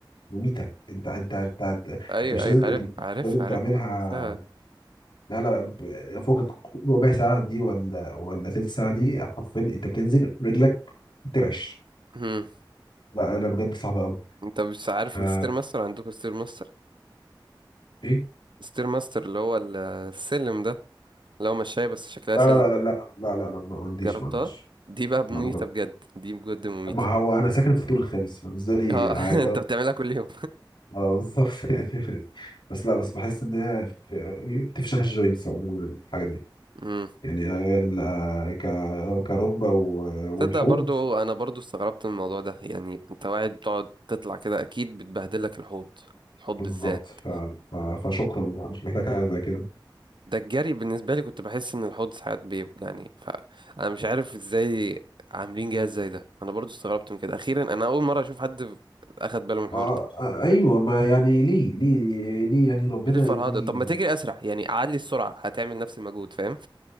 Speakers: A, on the left (about 70°); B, on the right (about 70°).
A: مميته انت انت انت انت,
B: ايوه
A: انت مش
B: ايوه
A: لازم
B: عارف
A: انت مش
B: عارف
A: لازم
B: عارف
A: تعملها
B: عارف ده
A: لا لا ب- فوق ربع ساعه دي ولا ولا ثلث ساعه دي حرفيا انت بتنزل رجلك ترعش
B: مم.
A: لا لا بجد صعبه قوي
B: انت مش عارف
A: طب آه،
B: الستير ماستر عندكم ستير ماستر
A: ايه
B: ستير ماستر اللي هو ال- السلم ده اللي هو مشاية بس شكلها
A: لا
B: سلم
A: لا لا لا لا لا لا, لا ما ما عنديش
B: جربتها
A: ما عنديش
B: دي بقى مميتة
A: لا ما
B: بجد دي بجد مميتة
A: ما هو انا ساكن في الدور الخامس فبالنسبه لي
B: اه
A: عادي.
B: <laughs> انت
A: اه
B: بتعملها كل يوم
A: آه، بالظبط <laughs> يعني عادي. بس لا بس بحس ان هي في- بتفشخ الجوينتس عموما الحاجات دي
B: مم. <laughs>
A: يعني ال- آه، ك كركبه و-
B: تصدق
A: والحوض
B: برضو انا برضو استغربت من الموضوع ده يعني انت واحد بتقعد تطلع كده اكيد بتبهدلك الحوض الحوض
A: بالظبط
B: بالذات
A: ف... ف... فشكرا بقى، مش محتاج حاجه زي كده
B: ده الجري بالنسبة لي كنت بحس إن الحوض ساعات بيوجعني فأنا مش عارف إزاي عاملين جهاز زي ده أنا برضو استغربت من كده أخيرا أنا أول مرة أشوف حد أخد باله من الحوار
A: آه
B: ده
A: آه، ايوه ما يعني ليه ليه ليه يعني ربنا
B: ليه الفرهدة
A: اداني
B: طب ما تجري أسرع يعني أعلي السرعة هتعمل نفس المجهود فاهم